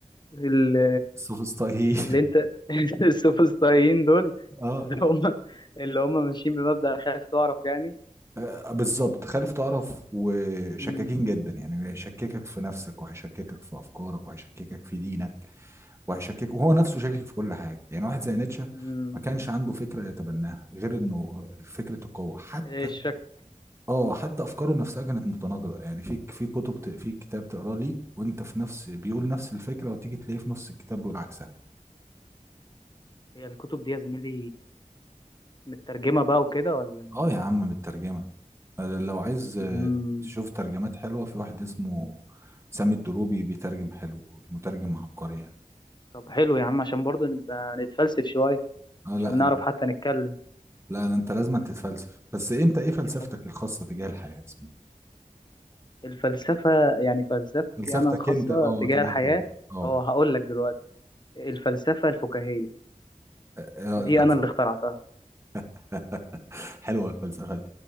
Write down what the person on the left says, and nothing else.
اللي,
اللي انت <laughs> السوفسطائيين دول
اللي هم اللي هم ماشيين بمبدأ خايف تعرف يعني
امم
امم
ايه الشك
هي الكتب دي يا زميلي مترجمة بقى وكده ولا
امم
طب حلو يا عم عشان برضه نبقى نتفلسف شوية
عشان
نعرف
حتى نتكلم
طب
الفلسفة يعني فلسفتي
انا الخاصة
تجاه
الحياة
اه هقول لك دلوقتي الفلسفة الفكاهية
دي
انا اللي اخترعتها